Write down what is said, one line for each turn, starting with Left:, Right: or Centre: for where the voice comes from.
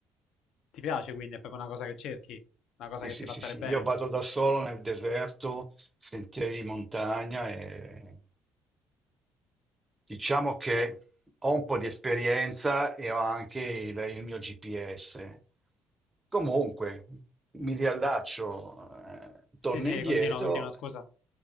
Left: Ti piace quindi? È proprio una cosa che cerchi? Una
Right: Sì,
Left: cosa che
Right: sì,
Left: ti
Right: sì,
Left: fa stare
Right: sì.
Left: bene?
Right: Io vado da solo nel deserto, sentieri di montagna e diciamo che ho un po' di esperienza e ho anche il, il mio GPS. Comunque, mi riallaccio, eh, torno
Left: Sì, sì,
Right: indietro
Left: continua, continua, scusa.